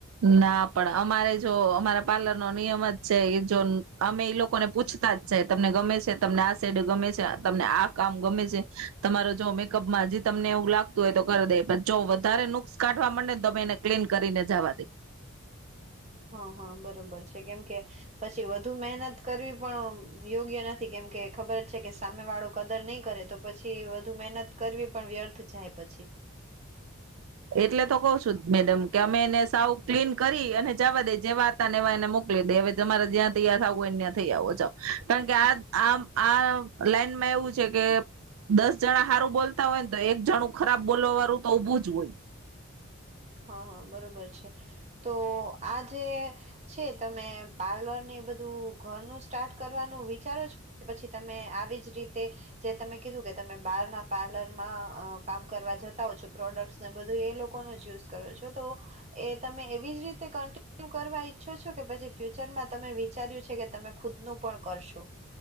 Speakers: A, on the right (about 75°); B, on the right (about 30°).
A: ના પણ અમારે જો અમારા પાર્લર નો નિયમ જ છે એ જો અમે ઈ લોકોને પૂછતા જ છે તમને ગમે છે તમને આ સાઈડ ગમે છે તમને આ કામ ગમે છે તમારો જો મેકઅપમાં જે તમને એવું લાગતું હોય તો કરી દે પણ જો વધારે નુકસ કાઢવા માંડે ને તો અમે એને ક્લીન કરીને જવા દઈ.
B: હા હા બરોબર છે કેમકે પછી વધુ મહેનત કરવી પણ યોગ્ય નથી કેમકે ખબર જ છે કે સામે વાળો કદર નહીં કરે તો પછી વધુ મહેનત કરવી પણ વ્યર્થ જાય પછી.
A: એટલે તો કઉ છું મેડમ. કે અમે એને સાવ ક્લીન કરી અને જવા દે જેવા હતા ને એવા એને મોકલી દે હવે તમારે જ્યાં તૈયાર થું હોયને ત્યાં થઈ આવો જાાવ કારણ કે આ આ આ લાઈનમાં એવું છે કે દસ જણા સારું બોલતા હોય ને તો એક જણું ખરાબ બોલવા વાળું તો ઉભું જ હોય.
B: હા હા. બરોબર છે તો આ જે છે તમે પાર્લર ને બધું ઘરનું સ્ટાર્ટ કરવાનું વિચારો છો પછી તમે આવી જ રીતે જે તમે કીધું કે તમે બહાર ના પાર્લરમાં અ કામ કરવા જતા હો છો પ્રોડક્ટને બધું એ લોકો જ યુઝ. કરો છો તો એ તમે એવી જ રીતે કન્ટિન્યુ કરવા ઈચ્છો છો કે પછી ફ્યુચરમાં તમે વિચાર્યું છે કે તમે ખુદનું પણ કરશો.